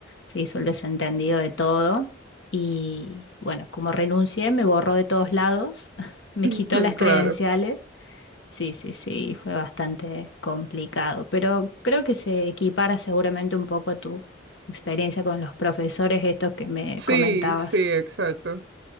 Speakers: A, on the left; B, on the right.
A: se hizo el desentendido de todo y bueno, como renuncié me borró de todos lados, <laughs> me
B: <laughs>
A: quitó las credenciales
B: Claro.
A: Sí, sí, sí, fue bastante complicado, pero creo que se equipara seguramente un poco a tu experiencia con los profesores estos que me
B: Sí,
A: comentabas.
B: sí, exacto.